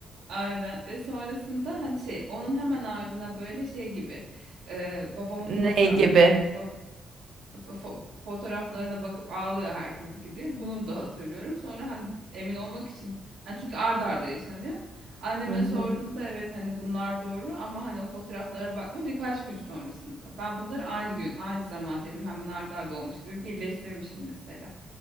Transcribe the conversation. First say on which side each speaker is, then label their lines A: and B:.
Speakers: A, on the right; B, on the right.
A: aynen ve sonrasında hani şey onun hemen ardına böyle şey gibi e, babamın
B: Ne
A: fotoğraflarını
B: gibi?
A: ya da fo- fo- fotoğraflarına bakıp ağlıyor herkes gibi. Bunu da hatırlıyorum. Sonra hani emin olmak için hani çünkü ard arda yaşanıyor. Anneme
B: Hı
A: sorduğumda
B: hı.
A: evet hani bunlar doğru ama hani o fotoğraflara bakma birkaç gün sonrasında. Ben bunları aynı gün, aynı zaman dedim hemen ard arda olmuş gibi birleştirmişim mesela.